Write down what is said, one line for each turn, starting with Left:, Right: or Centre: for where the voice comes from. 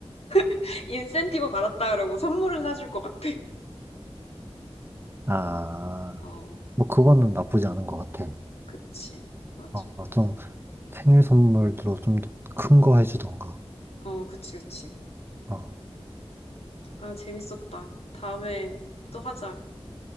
Left: <laughs> 인센티브 받았다 그러고 선물은 사줄 것 같아. <laughs>
Right: 아,
Left: 어,
Right: 뭐, 그거는 나쁘지 않은 것 같아.
Left: 그치. 맞아.
Right: 어, 좀, 생일 선물로 좀 더 큰 거 해주던가.
Left: 어, 그치, 그치.
Right: 어,
Left: 아, 재밌었다. 다음에 또 하자.